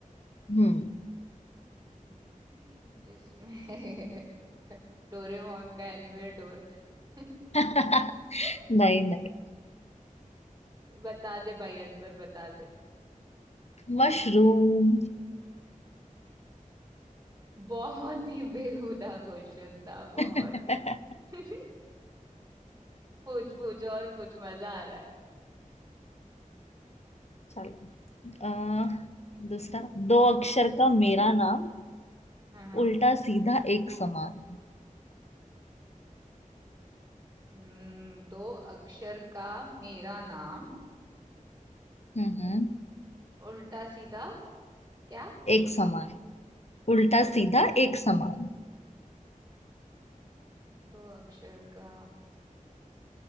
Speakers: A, on the left; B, on the right.
A: हम्म
B: हम्म, जिसमें <laughs> डोरेमोन का एनीवेयर डोर ए,
A: <laughs>
B: <laughs>
A: नहीं नहीं
B: बता दे भाई आंसर बता दे
A: मशरूम
B: बहुत ही बेहुदा क्वेश्चन था बहुत
A: <laughs>
B: ही <laughs> पूछ पूछ और पूछ मजा आ रहा है
A: चलो आ, दूसरा दो अक्षर का मेरा नाम
B: हाँ हाँ।
A: उल्टा सीधा एक समान
B: हम्म, दो अक्षर का मेरा नाम
A: हम्म
B: उल्टा सीधा क्या
A: एक समान उल्टा सीधा एक समान
B: दो अक्षर का